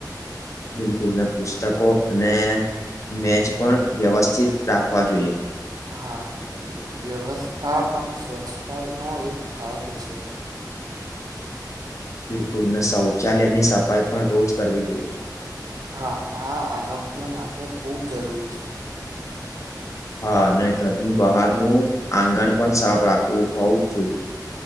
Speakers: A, on the left; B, on the right.
A: બિલકુલ ને પુસ્તકો અને મેજ પણ વ્યવસ્થિત રાખવા જોઈએ
B: હા વ્યવસ્થાપન સ્વચ્છતા નો એક ભાગ છે.
A: બિલકુલ ને શૌચાલયની સફાઈ પણ રોજ કરવી જોઈએ
B: હા આ આરોગ્ય માટે ખૂબ જરૂરી છે.
A: હા અને ઘરની બહારનું આંગણ પણ સાફ રાખવું હોવું જ જોઈએ